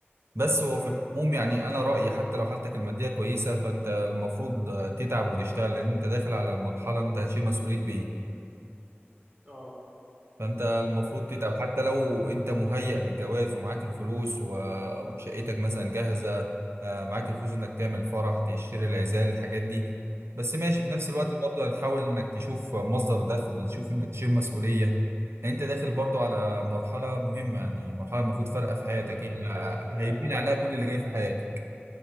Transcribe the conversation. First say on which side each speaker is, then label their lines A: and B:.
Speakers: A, on the right; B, on the right.
A: بس هو
B: امم
A: في العموم يعني انا رايي حتى لو حالتك الماديه كويسه فانت المفروض تتعب وتشتغل لان انت داخل على مرحله انت هتشيل مسؤوليه بيت
B: اه
A: فانت المفروض تتعب
B: بس
A: حتى لو انت مهيأ للجواز ومعاك الفلوس و- وشقتك مثلا جاهزه آه، معاك الفلوس انك تعمل فرح تشتري العزال الحاجات دي بس ماشي في نفس الوقت
B: امم
A: برضه هتحاول انك تشوف مصدر دخل تشوف انك تشيل مسؤوليه يعني انت داخل برضه على مرحله مهمه يعني مرحله المفروض فارقه في حياتك
B: بس
A: هي اللي
B: في ناس بقى
A: هيبني
B: او
A: عليها
B: في
A: كل اللي جاي في حياتك